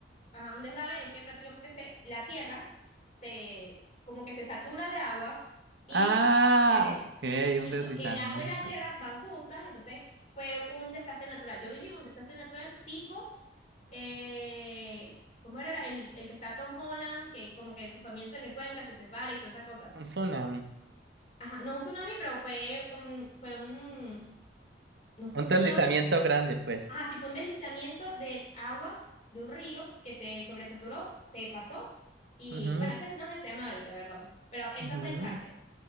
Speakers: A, on the left; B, on the right.
A: Ajá, un deslave es que prácticamente se, la tierra se, como que se satura de agua y
B: Ah,
A: se mueve,
B: ok,
A: y
B: un deslizamiento.
A: to- el agua y la tierra van juntas, entonces fue un desastre natural. Yo viví un desastre natural tipo, eh, ¿cómo era la- el, el que está Tom Holland, que como que su familia se reencuentra, se separa y todas esas cosas?
B: Un tsunami.
A: Ajá, no un tsunami, pero fue un, fue un, no fue
B: Un
A: un tsunami.
B: deslizamiento grande, pues.
A: Ajá, sí fue un deslizamiento de aguas de un río que se sobresaturó, se pasó y
B: Ujú,
A: bueno, ese no es el tema ahorita, perdón, pero eso
B: ujú.
A: fue en parte.